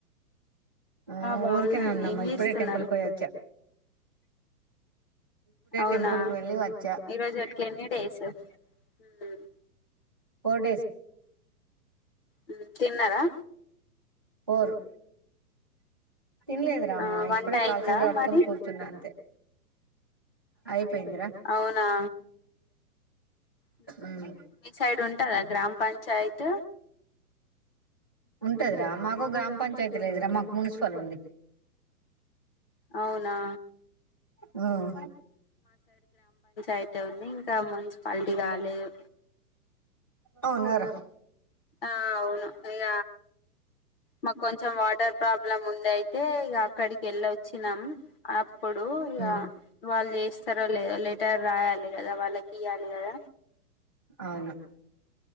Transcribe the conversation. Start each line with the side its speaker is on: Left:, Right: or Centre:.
Right: ఆ
Left: బాగున్నాం
Right: ఊరికనే ఉన్నామ్మా
Left: ఏం చేస్తున్నారు
Right: ఇప్పుడే టెంపుల్ కోయచ్చ
Left: అవునా
Right: టెంపుల్ కి వెళ్ళి వచ్చా
Left: ఈరోజటికి ఎన్ని డేస్ హ్మ్
Right: ఫోర్ డేస్
Left: మ్మ్ తిన్నారా
Right: పోరు తిన్లేదు రామ్మా
Left: ఆ వంట
Right: ఇప్పుడే
Left: అయిందా
Right: కాల్చేతులు కడుక్కొని
Left: మరి
Right: కూర్చున్నా అంతే అయిపోయిందిరా
Left: అవునా హ్మ్
Right: ఉమ్
Left: మీ సైడ్ ఉంటదా గ్రామ్ పంచాయిత్
Right: ఉంటదిరా మాకు గ్రామ పంచాయతీ లేదురా మాకు మున్సిపల్ ఉంది
Left: అవునా
Right: హ్మ్
Left: అయితే ఉంది ఇంకా మున్సిపాలిటీ కాలేదు
Right: టవున్నారు
Left: ఆ అవును ఇగ మాకు కొంచెం వాటర్ ప్రాబ్లమ్ ఉంది అయితే ఇగ అక్కడికేల్లొచ్చినం. ప్పుడు ఇగ
Right: ఉమ్
Left: వాళ్ళు జేస్తారో లేదో లెటర్ రాయాలి గద వాళ్ళకీయాలి గద
Right: అవును